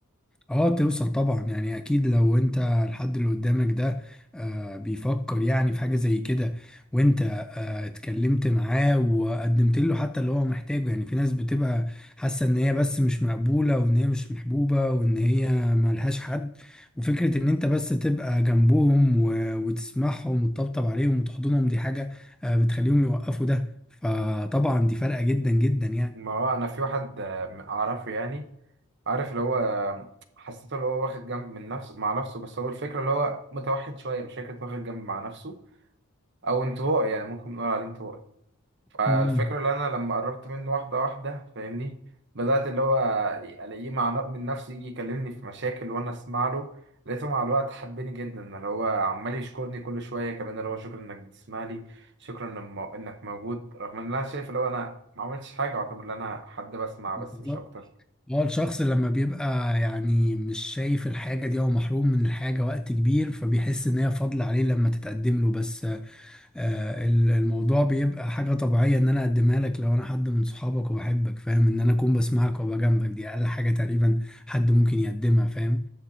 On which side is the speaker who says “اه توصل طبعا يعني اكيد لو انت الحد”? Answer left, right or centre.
Centre